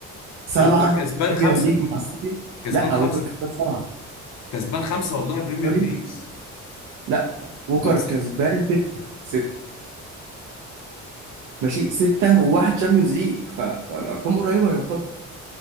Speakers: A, on the right; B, on the left.
A: سبعه
B: ووكر كسبان
A: بريمير
B: خمسة
A: ليج مع السيتي
B: كسبان
A: لا
B: خمسة
A: ووكر كسبان سبعه
B: كسبان خمسة والله بريمير
A: لا
B: ليجز
A: لا ووكر
B: ما كسب
A: كسبان ستة ستة ماشي ستة وواحد شامبيونز ليج فالأرقام قريبة يعتبر